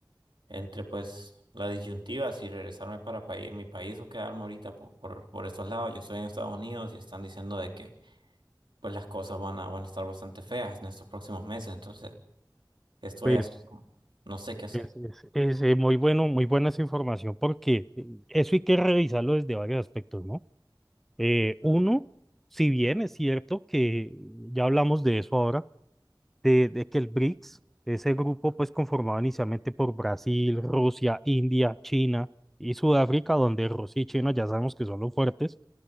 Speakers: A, on the right; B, in the centre.
A: entre pues la disyuntiva si regresarme para paí- mi país o quedarme ahorita por, por, por estos lados. Yo estoy en Estados Unidos y están diciendo de que pues las cosas van a, van a estar bastante feas en estos próximos meses. Entonces, estoy
B: Pues
A: así,
B: es,
A: como, no sé qué hacer.
B: es- es, eh, muy bueno, muy buena esa información porque eh, eso hay que revisarlo desde varios aspectos, ¿no? Eh, uno, si bien es cierto que ya hablamos de eso ahora de, de que el BRICS, ese grupo pues conformado inicialmente por Brasil, Rusia, India, China y Sudáfrica, donde Rusia y China ya sabemos que son los fuertes,